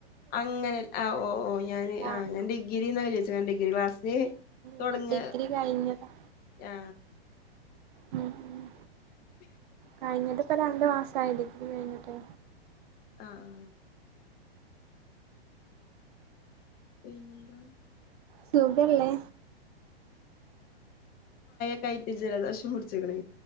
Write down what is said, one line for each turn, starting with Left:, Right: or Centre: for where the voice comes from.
Left: അങ്ങനെ ആ ഓ ഓ ഞാന് ആ
Right: ആഹ്
Left: ഞാൻ ഡിഗ്രി എന്ന വിജാരിച്ചത് ഞാൻ ഡിഗ്രി ക്ലാസ്സിന് തൊടങ്ങ
Right: അല്ല ഡിഗ്രി കഴിഞ്ഞതാ
Left: ആ
Right: ഉം ഉം കഴിഞ്ഞിട്ട് പ്പര രണ്ട് മാസായി ഡിഗ്രി കഴിഞ്ഞിട്ട്
Left: അ ആ ആ പിന്നന്ത
Right: സുഖല്ലേ
Left: ക്കെയായിട്ട് ജലദോശം പുടിച്ച് ക്ണ്